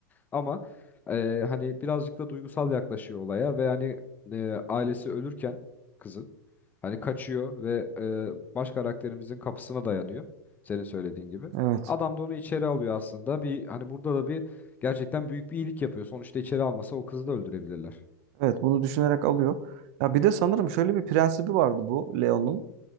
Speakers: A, on the left; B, on the right.
A: Ama e, hani birazcık da duygusal yaklaşıyor olaya ve hani e, ailesi ölürken kızın hani kaçıyor ve e, baş karakterimizin kapısına dayanıyor. Senin söylediğin gibi.
B: Evet.
A: Adam da onu içeri alıyor aslında. Bir hani burada da bir gerçekten büyük bir iyilik yapıyor. Sonuçta içeri almasa o kızı da öldürebilirler.
B: Evet bunu düşünerek alıyor. Ya bir de sanırım şöyle bir prensibi vardı bu Leon'un.